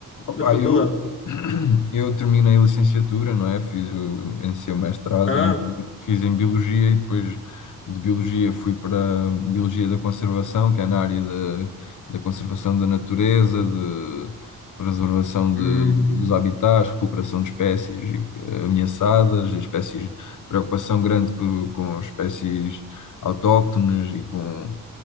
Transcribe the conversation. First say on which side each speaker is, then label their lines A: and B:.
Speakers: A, on the left; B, on the left.
A: Opa,
B: da faculdade?
A: eu, <clears throat> eu terminei a licenciatura, não é? Fiz o, iniciei o mestrado,
B: Ah,
A: em, bi- fiz em Biologia e depois de Biologia fui para Biologia da Conservação, que é na área da, da conservação da natureza, de preservação de,
B: hum,
A: dos habitats, recuperação de espécies eh, ameaçadas, espécies, preocupação grande co- com, espécies autóctones e com